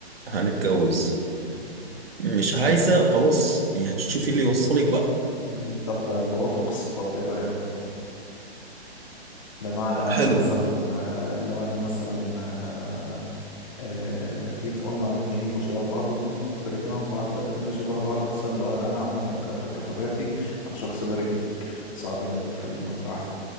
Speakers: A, on the right; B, on the left.
A: هنتجوز
B: مم.
A: مش عايزه خلاص يعني شوفي اللي يوصلك بقى
B: مم. طب توافق الصفات ايه رأيك منه بمعنى
A: حلوه
B: مثلا آه، لو انا مثلا آه، آه، في قلنا اتنين يبقوا شبه بعض واتنين يبقوا مختلفين عن بعض فاتنين اللي شبه بعض مثلا لو انا عامة ك- كطبيعتي انا شخص بارد جدا صعب ان انت تخليني انفعل